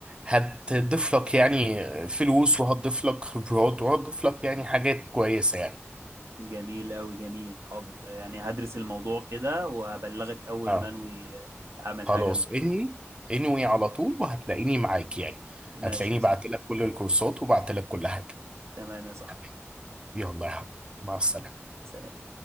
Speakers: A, on the right; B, on the right.
A: هتضيف لك يعني فلوس وهتضيف لك خبرات وهتضيف لك يعني حاجات كويسة يعني
B: جميل قوي جميل حاضر آه، يعني هدرس الموضوع كده وهبلغك اول
A: اه
B: ما انوي آه، اعمل
A: خلاص
B: حاجه من دي
A: انوي انوي على طول وهتلاقيني معاك يعني
B: ماشي
A: هتلاقيني
B: يا صديقي
A: بعت لك كل الكورسات وبعت لك كل حاجة
B: تمام يا صاحبي
A: تمام. يلا يا حبيبي مع السلامة
B: سلام